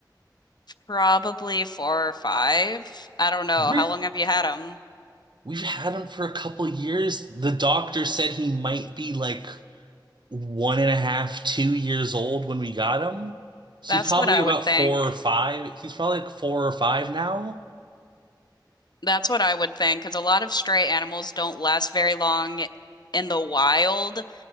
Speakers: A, on the left; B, on the right.
A: Probably four or five. I don't know.
B: <laughs> We're
A: How long have you had them?
B: we've had him for a couple years. The doctor said he might be like one and a half, two years old when we got him. So
A: That's
B: he's probably
A: what I
B: about
A: would think.
B: four or five. He's probably like four or five now.
A: That's what I would think, because a lot of stray animals don't last very long in the wild.